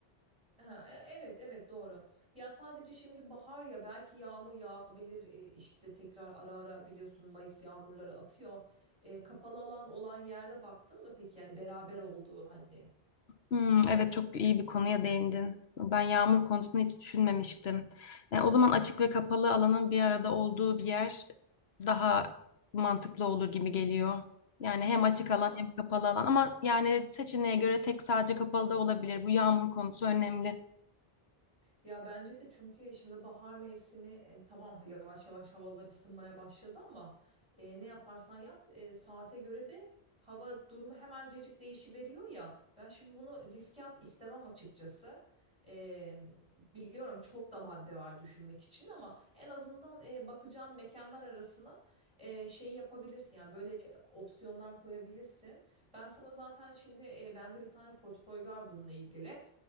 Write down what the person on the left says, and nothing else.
Hmm, evet çok iyi bir konuya değindin. Ben yağmur konusunu hiç düşünmemiştim. E, o zaman açık ve kapalı alanın bir arada olduğu bir yer daha mantıklı olur gibi geliyor. Yani hem açık
alan hem kapalı alan ama yani seçeneğe göre tek sadece kapalı da olabilir. Bu yağmur konusu önemli.